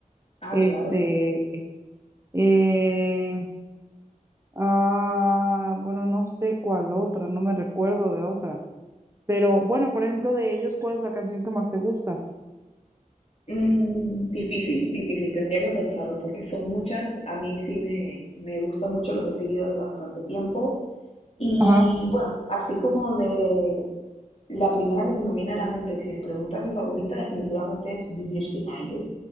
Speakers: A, on the left; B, on the right.
A: Ah,
B: Este,
A: claro.
B: eh, ah, bueno, no sé cuál otra, no me recuerdo de otra. Pero bueno, por ejemplo, de ellos, ¿cuál es la canción que más te gusta?
A: Mm, difícil, difícil, tendría que pensarlo porque son muchas. A mí sí me, me gustan mucho, los he seguido desde bastante tiempo. Y
B: Ajá,
A: bueno, así como de la primera que se me viene a la mente, si me preguntas mi favorita, definitivamente es Vivir sin aire.